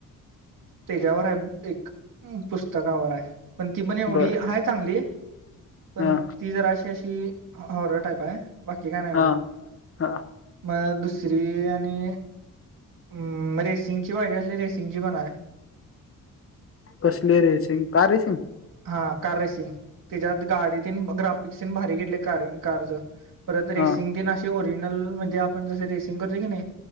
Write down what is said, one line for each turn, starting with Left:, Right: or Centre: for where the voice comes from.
Right: त्याच्यावर आहे एक पुस्त - पुस्तकावर आहे पण ती पण एवढी
Left: बर
Right: हाय चांगली पण
Left: हा
Right: ती जरा अशी अशी- हॉरर टाईप आहे बाकी काय नाही एवढं
Left: हा हा
Right: मग दुसरी आणि - मग रेसिंगची पाहिजे असली रेसिंगची पण हाय -
Left: कसले रेसिंग? Car racing.
Right: हा कार रेसिंग त्याच्यात गाडी तेन ग्राफिकस भारी घेतले कार कारच - परत रेसिंग
Left: हा
Right: तेन अशी ओरिजनल म्हणजे आपण जस रेसिंग करतो की नाही